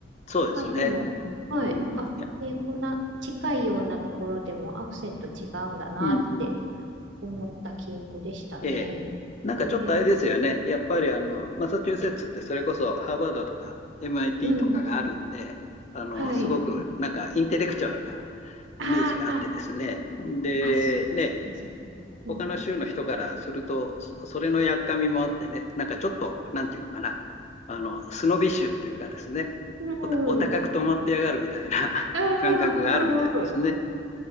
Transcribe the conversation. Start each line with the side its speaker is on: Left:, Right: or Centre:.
Left: そうですね。
Right: まあでも、はい。
Left: うん。いや
Right: あ、えーこんな近いようなところでもアクセント違うんだなって
Left: うん、うん、うん。
Right: 思った記憶でしたね。
Left: ええなんかちょっとあれですよね。
Right: えー
Left: やっぱりあの、マサチューセッツってそれこそハーバードとか MIT
Right: うん。
Left: とかがあるんで、あの、
Right: はい。
Left: すごくなんかインテレクチュアルな
Right: あー
Left: イメージがあってですね。で、
Right: あ、そうです、
Left: ね、
Right: そうです。うん。
Left: 他の州の人からすると、そそれのやっかみもあってね、なんかちょっと、なんていうのかな、あの、スノビッシュっていうかですね、
Right: うん。
Left: おた、お高く止まってやがるみたいな <laughs>
Right: ああ、
Left: 感覚があるみたいですね。
Right: うん、うん。